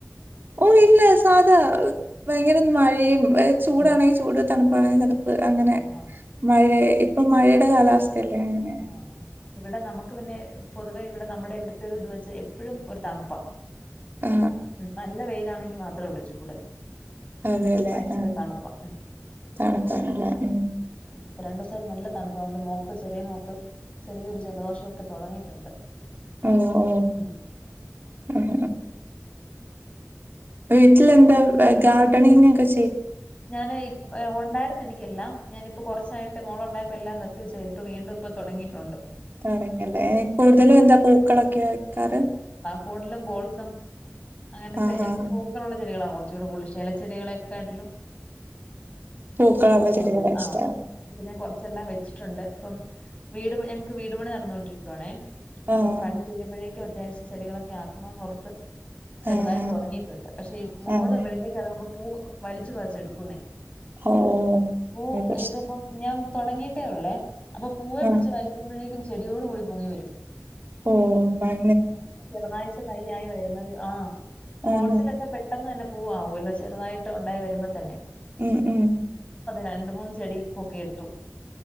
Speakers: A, on the right; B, on the left.
A: ഓ ഇല്ല സാധാ ഭയങ്കര മഴയും ചൂടാണെങ്കിൽ
B: ഉം.
A: ചൂട് തണുപ്പാ അങ്ങനെ
B: ആഹാ
A: മഴ ഇപ്പൊ മഴയുടെ കാലാവസ്ഥയല്ലേ അങ്ങനെ.
B: ആ ഇവിടെ നമുക്ക് പിന്നെ പൊതുവെ ഇവിടെ നമ്മുടെ ഇവിടുത്തെ ഒരു ഇത് വെച്ച് എപ്പോഴും ഒരു തണുപ്പാ
A: ആ
B: ഉ നല്ല വെയിലാണെങ്കി മാത്രേ ഉള്ളൂ ചൂട്
A: ആ അതെല്ലേ
B: അല്ലെങ്കിൽ ഭയങ്കര
A: ആ
B: തണുപ്പാ
A: തണുപ്പാണല്ലേ ഉം.
B: ഇപ്പൊ രണ്ട ദിവസം ഒരു നല്ല തണുപ്പാവുണ്ട് മോക്ക് ചെറിയ മോക്ക് ചെറിയൊരു ജലദോഷംക്കെ തെടങ്ങിട്ടുണ്ട്.
A: ഓ ഓ
B: ഉം <inaudible>
A: ഉം വീട്ടിൽ എന്താ ഗാർഡനിംഗ ക്കെ
B: ഞാന് ഇപ്പ ഉണ്ടായിരുന്ന് എനിക്കെല്ലാം ഞാനിപ്പ കൊറച്ച് മോളുണ്ടായപ്പോ എല്ലാം നിർത്തിവെച്ച ഇപ്പ വീണ്ടുംഇപ്പൊ തെടങ്ങയിട്ടുണ്ട്.
A: തുടങ്ങല്ലേ കൂടുതലും എന്താ പൂക്കളൊക്കെ വെക്കാറ്
B: ഫോഡലും ബോൾസും അങ്ങനത്തെ
A: ആ
B: എനിക്ക്
A: ആ ആ.
B: പൂക്കളുള്ള ചെടികളാ കൊ കുച്ചൂടെ ഉശ ചച്ചെടികളൊക്കാ ട്ടിലും.
A: പൂക്കളുള്ള
B: പൂക്ക
A: ചെടികളെ
B: ഉള്ളത്
A: ഇഷ്ടാണ്
B: ആ ഇപ്പൊ ഞാൻ കൊറച്ചെല്ലാം വെച്ചി ട്ടുണ്ട് അപ്പം വീട് ഞങ്ങക്ക് വീട്പണി നടന്നുകോണ്ടിരിക്കുവാണേ അപ്പൊ
A: ആഹ്
B: പണി തീരുമ്പോഴേക്കും. അത്യാവശ്യം ചെടികളൊക്കെ ആക്കണന്ന് റത്ത് ചെറുതായിട്ട്
A: ആഹ് ആഹ്
B: തുടങ്ങിട്ടുണ്ട് പക്ഷേ ഈ മോള്
A: അതെ
B: വളിയിലേക്ക്റങ്ങുമ്പോ പൂ വലിച്ചു വച്ച എടുക്കുന്നേ
A: ഓ
B: പൂ
A: അത് പ്രശ്നം
B: ഇതിപ്പം ഞാൻ തുടങ്ങിയിട്ടേ ഉള്ളേ അപ്പൊ പൂവേ പിടിച്ച്
A: ആഹ്
B: വരയ്ക്കുമ്പോഴേക്കും ചെടിയോട് കൂടി പൊങ്ങി വരും.
A: ഓ പൈ
B: ചെറുതായിട്ട് തൈആയി വരുന്നത് ആ ഗോൾസിലൊക്കെ
A: ആഹ്
B: പെട്ടെന്ന് തന്നെ പൂവു ആമൂല്ലോ ചെറുതായിട്ട് ഉണ്ടായി വരുമ്പോൾ തന്നെ
A: ഉം ഉം
B: രണ്ട മൂന്ന് ചെടി പൊക്കിയ എടുത്തു